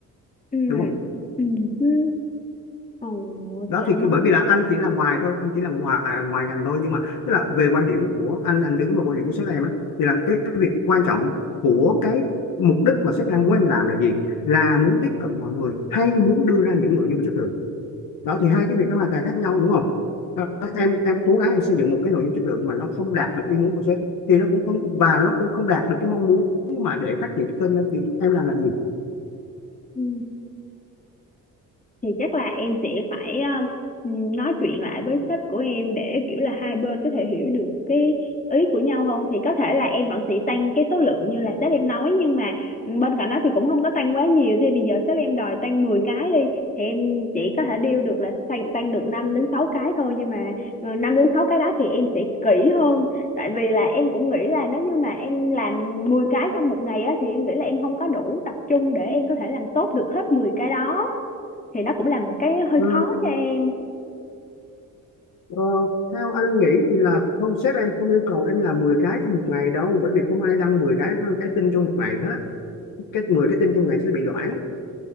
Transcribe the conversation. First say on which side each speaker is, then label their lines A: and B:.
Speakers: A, on the left; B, on the left.
A: ừ
B: đúng không
A: ừ ừ. ừ
B: đó
A: thì anh
B: thì cái-
A: nói
B: bởi vì là anh chỉ là ngoài thôi anh chỉ là ngoài ngoài ngành thôi nhưng mà tức là về quan điểm của anh anh đứng vào quan điểm của sếp em á thì là cái việc quan trọng của cái mục đích mà sếp đang muốn em làm là gì là muốn tiếp cận mọi người hay muốn đưa ra những nội dung chất lượng đó thì hai cái việc nó hoàn toàn khác nhau đúng không Đó,
A: ừ
B: em em cố gắng em xây dựng một cái nội dung chất lượng mà nó không đạt được ý muốn của sếp thì nó cũng không và nó cũng không đạt được cái mong muốn mà để phát triển kênh lên thì em làm làm gì
A: ừ thì chắc là em sẽ phải ờ, nói chuyện lại với sếp của em để kiểu là hai bên có thể hiểu được cái ý của nhau hơn thì có thể là em vẫn sẽ tăng cái số lượng như là sếp em nói nhưng mà ừ, bên cạnh đó thì cũng không có tăng quá nhiều thì bây giờ sếp em đòi tăng 10 cái đi thì em chỉ có thể deal được là tăng, tăng được 5 đến 6 cái thôi nhưng mà ờ, 5 đến 6 cái đó thì em sẽ kỹ hơn tại vì là em cũng nghĩ là nếu như mà em làm 10 cái trong một ngày á thì em nghĩ là em không có đủ tập trung để em có thể làm tốt được hết 10 cái đó thì nó cũng là một cái hơi
B: Ừ,
A: khó cho em
B: Ờ, theo anh nghĩ thì là không sếp em không yêu cầu em làm 10 cái trong một ngày đâu bởi vì không ai đăng 10 cái cái tin trong một ngày hết cái 10 cái tin trong ngày sẽ bị loãng